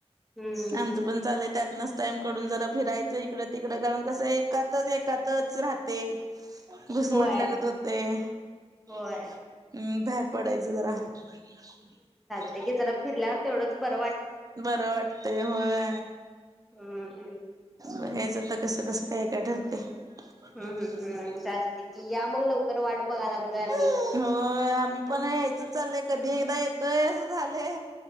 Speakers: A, in the centre; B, on the right.
A: हम्म
B: आमचं पण चालय त्यात नसतं टाईम कडून जरा फिरायचं इकडं तिकडं कारण कसं एातच एकातच राहते. घुस्मट
A: होय
B: लागत होतेय हम्
A: होय
B: बाहेर पडायच जरा. तुही गेला नाही
A: होय
B: <inaudible>
A: की जरा फिरल्यावर तेवढंच बर
B: बरं वाटतय होय.
A: अ हम.
B: बघायचं आता कसं कसं काय काय ठर स
A: हम्म हम्म हम्म चालते की या मग लवकर वाट बघाय लागलोय आम्ही.
B: <inaudible> हो आम्ही पण यायचच चाललंय कधी एकदा येतय असं झालंय.